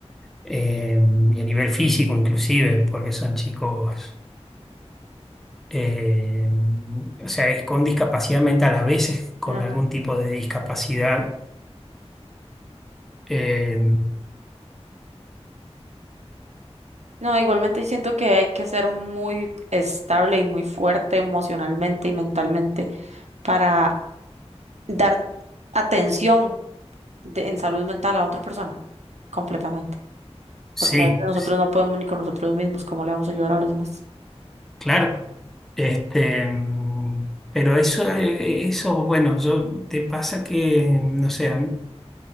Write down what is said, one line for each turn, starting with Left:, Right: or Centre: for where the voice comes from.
Centre: eh, y a nivel físico inclusive, porque son chicos, eh, o sea, es con discapacidad mental, a veces con
Right: ajá.
Centre: algún tipo de discapacidad. Eh,
Right: No, igualmente siento que hay que ser muy estable y muy fuerte emocionalmente y mentalmente para dar atención de- en salud mental a otra persona completamente.
Centre: sí,
Right: Porque a veces nosotros
Centre: sí,
Right: no podemos ni con nosotros mismos, ¿cómo le vamos a ayudar a los demás?
Centre: claro. Este, mm, pero eso, eh, eso, bueno, yo, te pasa que, no sé, a mí,